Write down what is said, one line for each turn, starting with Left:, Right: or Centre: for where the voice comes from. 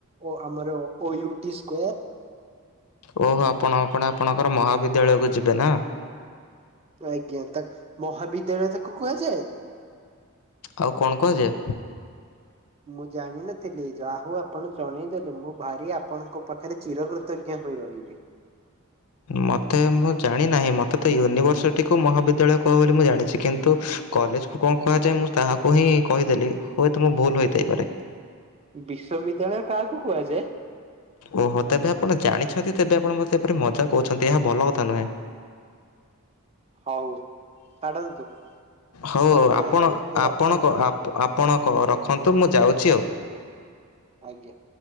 Right: ଓ ଆମର ଓ ୟୁଟି ସ୍କୋୟାର୍।
Left: ଓହୋ ଆପଣ କଣ ଆପଣଙ୍କର ମହାବିଦ୍ୟାଳୟକୁ ଯିବେ ନା?
Right: ଆଜ୍ଞା ତା- ମହାବିଦ୍ୟାଳୟ ତାକୁ କୁହାଯାଏ?
Left: ଆଉ କଣ କୁହାଯାଏ।
Right: ମୁଁ ଜାଣିନଥିଲି ଯାହୁ ଆପଣ ଜଣେଇ ଦେେଲେ ମୁଁ ଭାରି ଆ ପଣଙ୍କ ପାଖରେ ଚିରକୃତଜ୍ଞ ହୋଇ ରହିବି।
Left: ମୋତେ ମୁଁ ଜାଣିନାହିଁ ମୋତେ ତ ୟୁନିଭର୍ସିଟିକୁ ମହାବିଦ୍ୟାଳୟ କୁହ ବୋଲି ମୁଁ ଜାଣିଛି କିନ୍ତୁ କଲେଜ କୁ କଣ କୁହାଯାଏ ମୁଁ ତାହାକୁ ହିଁ କହିଦେଲି ହୁଏତ ମୁଁ ଭୁଲ ହୋଇଥାଇପାରେ।
Right: ବିଶ୍ବିଦ୍ୟାଳୟ କାହାକୁ କୁହାଯାଏ।
Left: ଓହୋ ତେବେ ଆପଣ ଜାଣିଛନ୍ତି ତେବେ ଆପଣ ମତେ ଏପରି ମଜା କହୁଛନ୍ତି ଏହା ଭଲ କଥା ନୁହେଁ।
Right: ହଉ ଛାଡନ୍ତୁ।
Left: ହଉଉ
Right: ସମୟ
Left: ଆପଣ
Right: ହେଲାଣି ମୁଁ
Left: ଆପଣକ
Right: ରଖୁଛି
Left: ଆପଣକ ରଖନ୍ତୁ ମୁଁ ଯାଉଛି ଆଉ।
Right: ଆଜ୍ଞା।